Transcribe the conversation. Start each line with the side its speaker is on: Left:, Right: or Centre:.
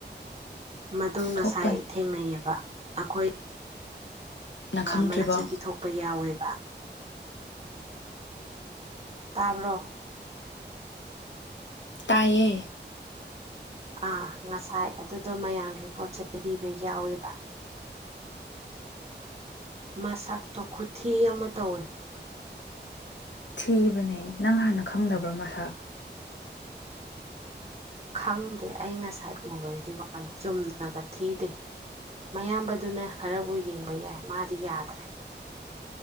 Right: ꯃꯗꯨ ꯉꯁꯥꯏ
Left: ꯊꯣꯛꯄꯅꯤ
Right: ꯊꯦꯡꯅꯩꯑꯕ ꯑꯩꯈꯣꯏ
Left: ꯅꯪ ꯈꯪꯗ꯭ꯔꯤꯕꯣ
Right: ꯃꯩ ꯆ ꯄꯤꯊꯣꯛꯄ ꯌꯥꯎꯋꯦꯕ ꯇꯥꯕ꯭ꯔꯣ
Left: ꯇꯥꯏꯌꯦ
Right: ꯑꯥ ꯉꯁꯥꯏ ꯑꯗꯨꯗꯣ ꯃꯌꯥꯝꯒꯤ ꯄꯣꯠ ꯆꯩꯕꯤꯕ ꯌꯥꯎꯋꯦꯕ ꯃꯁꯛꯇꯣ ꯈꯨꯊꯤ ꯑꯃ ꯇꯧꯋꯦ
Left: ꯊꯤꯕꯅꯦ ꯅꯪ ꯍꯥꯟꯅ ꯈꯪꯗꯕ꯭ꯔꯣ ꯃꯁꯥ <unintelligible> <unintelligible>
Right: ꯈꯪꯗꯦ ꯑꯩ ꯉꯁꯥꯏ ꯎꯕꯒꯤ ꯋꯥꯅꯤ ꯆꯨꯝꯅꯒ ꯊꯤꯗꯦ ꯃꯌꯥꯝꯕꯗꯨꯅ ꯈꯔꯕꯨ ꯌꯦꯡꯕ ꯌꯥꯏ ꯃꯥꯗꯤ ꯌꯥꯗ꯭ꯔꯦ